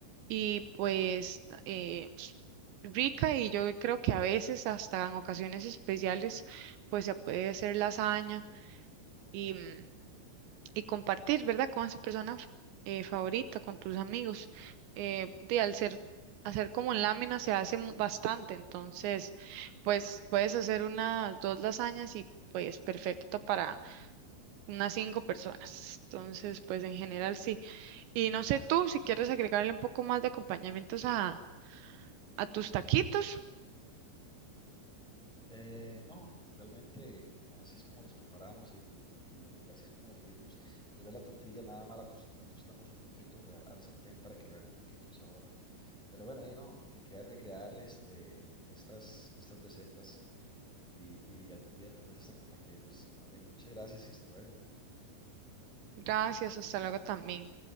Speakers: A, on the right; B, in the centre.
A: y pues eh, s- rica y yo creo que a veces, hasta en ocasiones especiales, pues se puede hacer lasaña y, mm, y compartir, ¿verdad? Con esa persona eh, favorita, con tus amigos. Eh, de al ser, hacer como en lámina se hace mu- bastante, entonces pues puedes hacer unas dos lasañas y pues perfecto para unas cinco personas. Entonces, pues en general sí. Y no sé tú si quieres agregarle un poco más de acompañamientos a, a tus taquitos.
B: Eh, no, realmente así es como los preparamos y, y así es como los servimos. Tal vez la tortilla nada más la, tos- la tostamos un poquito pues, al sartén para que agarre un poquito el sabor. Pero bueno, ahí no, lo que queda es recrear este, estas, estas recetas y, y algún día tal vez hasta compartirlas. Más bien, muchas gracias y hasta luego.
A: Gracias, hasta luego también.